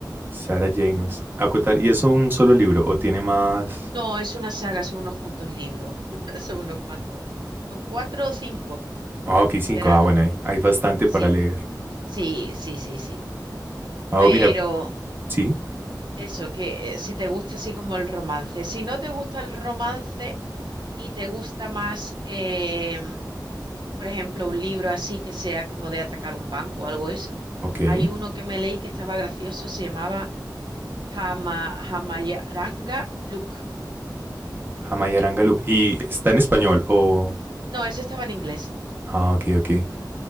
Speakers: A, on the right; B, on the right.
A: Sarah James. Acotar, ¿y es un solo libro o tiene más?
B: No, es una saga, son unos cuantos libros. <laughs> Son unos cuantos. Son cuatro o cinco,
A: Ah, ok, cinco.
B: si era,
A: Ah,
B: ¿no?
A: bueno, hay, hay bastante
B: Sí,
A: para leer.
B: sí, sí, sí, sí.
A: Ah,
B: Pero
A: oh, mira, sí,
B: eso, que eh, si te gusta así como el romance. Si no te gusta el romance y te gusta más, em, por ejemplo, un libro así que sea como de atacar un banco o algo eso,
A: ok.
B: hay uno que me leí que estaba gracioso, se llamaba Hama, Hamayaranga Luke.
A: Jamaya Arangaluk. ¿Y está en español o...?
B: No, ese estaba en inglés.
A: Ah, ok, ok.